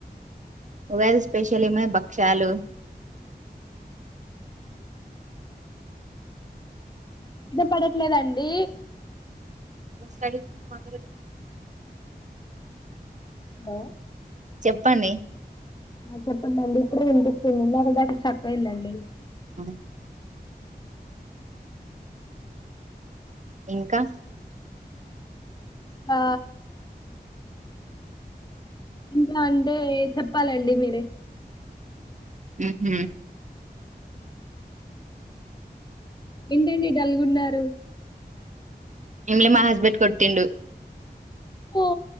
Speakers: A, on the right; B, on the left.
A: ఉగాది స్పెషల్ ఏమైనా భక్షాలు
B: ఇనపడట్లేదండి
A: చర మా
B: హలో
A: చెప్పండి.
B: చెప్పండి అండి ఇప్పుడే వినిపిస్తుందిదండి దక్క స్ట్రక్ ఐందండి
A: ఆ ఇంకా
B: ఆ ఇంకా అంటే చెప్పాలండి మీరే
A: ఉహ
B: ఏంటండి డల్గున్నారు
A: నిన్న మా హస్బెండ్ కొట్తిండు
B: హా